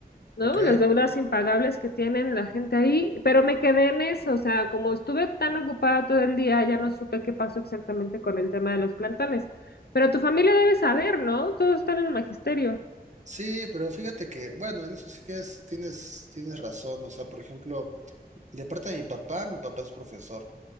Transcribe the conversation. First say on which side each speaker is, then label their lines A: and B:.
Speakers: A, on the left; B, on the right.
A: ¿no?
B: Ok.
A: Las deudas impagables que tienen la gente ahí, pero me quedé en eso, o sea, como estuve tan ocupada todo el día, ya no supe qué pasó exactamente con el tema de los plantones. Pero tu familia debe saber, ¿no? Todos están en el magisterio.
B: Sí, pero fíjate que, bueno, en eso sí tienes, tienes, tienes razón. O sea, por ejemplo, de parte de mi papá, mi papá es profesor.